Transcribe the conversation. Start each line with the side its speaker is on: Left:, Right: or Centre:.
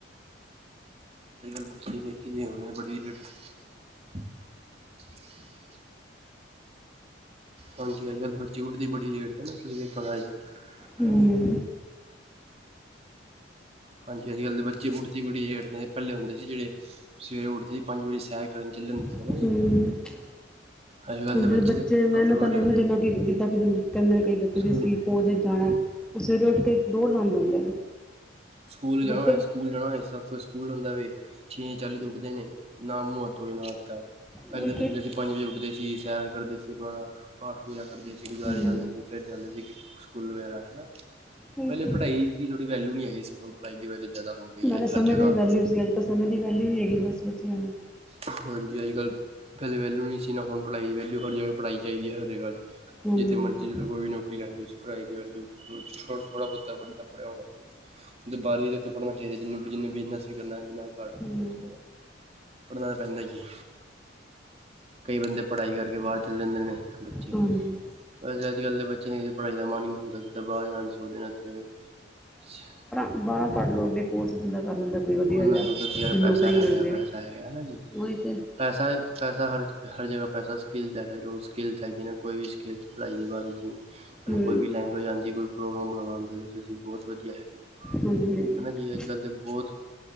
Right: ਬੱਚੇ ਵੇਖੇ ਹੋਣੇ। <unintelligible> <inaudible> ਹਾਂਜੀ, ਅੱਜ ਕੱਲ੍ਹ ਦੇ ਬੱਚੇ ਉੱਠਦੇ ਬੜੀ ਲੇਟ ਹੈ ਨਾ, ਤੁਸੀਂ ਦੇਖਿਆ ਹੋਣਾ
Centre: ਹਮ
Right: ਹਾਂਜੀ ਹਾਂਜੀ, ਅੱਜ ਕੱਲ ਦੇ ਬੱਚੇ ੳਠਦੇ ਬੜੀੇ ਲੇਟ ਨੇ, ਪੈਲੇ ਹੁੰਦੇ ਸੀ ਜਿਹੜੇ ਸਵੇਰੇ ਉੱਠਦੇ ਹੀ ਪੰਜ ਵਜੇ ਸੈਰ ਕਰਨ ਚੱਲੇ ਜਾਂਦੇ ਸੀ
Centre: ਹਮ
Right: ਹੈ ਨਾ ਜੀ ਅੱਜ ਕੱਲ੍ਹ
Centre: ਹੁਣ
Right: ਦੇ
Centre: ਜਿਹੜੇ ਬੱਚੇ
Right: ਤਾਂ
Centre: ਮਿਹਨਤ
Right: ਘੱਟੋ
Centre: ਆਲੇ
Right: ਘੱਟ
Centre: ਹੋਣ, ਜਿੰਦਾਂ ਕਿ ਜਿੱਦਾਂ ਕਿ ਜਿ ਕਹਿੰਦੇ ਨੇ ਕਈ ਬੱਚੇ
Right: ਸਕੂਲ
Centre: ਵੀ ਅਸੀਂ ਫੋਜ ਚ ਜਾਣਾ, ਉਹ ਸਵੇਰੇ ਉੱਠ ਕੇ ਦੌੜ ਲਾਣ ਜਾਂਦੇ ਨੇ
Right: ਸਕੂਲ ਜਾਣਾ
Centre: ਬੱਚੇ
Right: ਹੋਏ
Centre: ਹੂੰ
Right: ਸਕੂਲ ਜਾਣਾ ਹੋਏ ਸੱਤ ਵਜੇ ਸਕੂਲ ਹੋਦਾ ਏ ਛੇ ਚਾਲੀ ਤੇ ਉੱਠਦੇ ਨੇ, ਨਾਲ ਮੂੰਹਹਥ ਧੋਕੇ ਨਾਲ ਤਯਾਰ, ਪਹਿਲੇ
Centre: ਉਹੀ ਤੇ
Right: ਬੰਦੇ ਸੀ ਪੰਜ ਵਜੇ ਉੱਠਦੇ ਸੀ ਸੈਰ ਵਧੀਆ ਸੀ, ਬੜਾ ਪਾਠ ਪੂਜਾ ਕਰਦੇ ਸੀ ਗੁਰਦੁਆਾਰੇਰੇ
Centre: ਹੂੰ
Right: ਜਾਂਦੇ ਸੀ ਫਿਰ ਜਾਂਦੇ ਸੀ ਕਿ ਸਕੂਲ ਵਗੈਰਾ ਹਨਾ
Centre: ਉਹੀ
Right: ਪਹਿਲੇ
Centre: ਤੇ
Right: ਪੜ੍ਹਾਈ ਦੀ ਥੋੜ੍ਹੀ ਵੈਲਊ ਨਹੀਂ ਹੈਗੀ ਸੀ, ਹੁਣ ਪੜ੍ਹਾਈ ਦੀ ਵੈਲਊ ਜ਼ਿਆਦਾ ਹੋ ਗਈ
Centre: ਨਾਲੇ
Right: ਹੈ
Centre: ਸਮੇਂ
Right: ਹਰ ਜਗ੍ਹਾ
Centre: ਦੀ ਵੀ ਵੈਲਿਊ ਸੀ ਅੱਜ ਸਮੇਂ ਦੀ ਵੈਲਯੁ ਨਹੀ ਹੈਗੀ ਬਸ ਬੱਚਿਆਂ ਨੂੰ
Right: ਹਾਂਜੀ ਅੱਜ ਕੱਲ੍ਹ, ਪਹਿਲੇ ਵੈਲਿਊ ਨਹੀਂ ਸੀ ਨਾ ਹੁਣ ਪੜ੍ਹਾਈ ਦੀ ਵੈਲਊ ਹਰ ਜਗ੍ਹਾ ਪੜ੍ਹਾਈ ਚਾਹੀਦੀ ਹੈ ਹਰ ਜਗ੍ਹਾ
Centre: ਹਾਂਜੀ
Right: ਜਿੱਥੇ ਮਰਜ਼ੀ ਚਲੇ ਜਾਓ ਕੋਈ ਨੀ ਨੋਕਰੀ ਲੈਣੀ ਤੁਸੀਂ, ਪੜਾਈ ਦੀ ਵੈਲਿਊ ਥ ਥੋੜ੍ਹਾ ਬਹੁਤਾ ਬੰਦਾ ਪੜ੍ਹਿਆ ਹੋਣਾ ਚਾਹੀਦਾ ਬਾਰਰਵੀਂ ਤੱਕ ਤੇ ਪੜ੍ਹਨਾ ਚਾਹੀਦਾ, ਜਿਨਹੂ ਜਿਨੇ ਬਿਜ਼ਨਸ ਵੀ ਕਰਨਾ ਜਿਨ੍ਹਾਂ ਘਰ ਦਾ ਬਿਜ਼ਨਸ
Centre: ਹਾਂਜੀ
Right: ਘਰ ਪਿਆ ਪੜ੍ਹਨਾਂ ਤਾਂ ਪੈਂਦਾ ਹੀ ਏ, ਕਈ ਬੰਦੇ ਪੜ੍ਹਾਈ ਕਰਕੇ ਬਾਹਰ ਚਲੇ ਜਾਂਦੇ ਨੇ ਬੱਚੇ,
Centre: ਹੂੰ
Right: ਵੈਸੇ ਅੱਜ ਕੱਲ ਦੇ ਬੱਚੇ ਨੇ ਕਿਸੇ ਪੜ੍ਹਾਈ ਦਾ ਮਨ ਹੀ ਨ ਹੁੰਦਾ ਸਿੱਧਾਂ ਬਾਹਰ ਜਾਣ ਦੋ ਦੇਣਾ <inaudible> ਚ
Centre: ਬਾਹਰਾਂ ਪੜ੍ਹ ਲਓ ਅੱਗੇ ਕੋਰਸ ਬੰਦਾ ਕਰ ਲੈਂਦਾ ਕੋਈ ਵਧੀਆ
Right: ਉਹਨਾਂ
Centre: ਜਿਹਾ,
Right: ਸੋਚਦੇ ਉੱਥੇ ਜਾ
Centre: ਕੋਈ
Right: ਕੇ ਪੈਸਾ
Centre: ਨੌਕਰੀ
Right: ਹੈਗਾ
Centre: ਮਿਲ ਜੇ
Right: ਪੈਸਾ ਹੈਗਾ ਹੈ ਨਾ ਜੀ
Centre: ਉਹੀ ਤਾਂ
Right: ਪੈਸਾ ਪੈਸਾ, ਹਰ ਹਰ ਜਗ੍ਹਾ ਪੈਸਾ ਸਕਿੱਲ ਹੈਗਾ ਜ ਸਕਿੱਲ ਹੈਗੀ ਨਾ ਕੋਈ ਵੀ ਸਕਿੱਲ ਪੜ੍ਹਾਈ ਦੇ ਬਾਰੇ'ਚ ਸਾਨੂੰ
Centre: ਹੂੰ
Right: ਕੋਈ ਵੀ ਲੈਗੁਏਜ ਆਂਦੀ, ਕੋਈ ਪ੍ਰੋਗਰਾਮ ਬਣਾਉਣਾ ਆਂਦਾ ਤੁਸੀਂ ਬਹੁਤ ਵਧੀਆ ਹੈਗੇ,
Centre: ਹਾਂਜੀ ਹਾਂਜੀ ਹਾਂਜੀ
Right: ਹੈਨਾ ਜੀ ਅੱਜ ਕੱਲ੍ਹ ਤਾਂ ਬਹੁਤ ਮਾਹੌਲ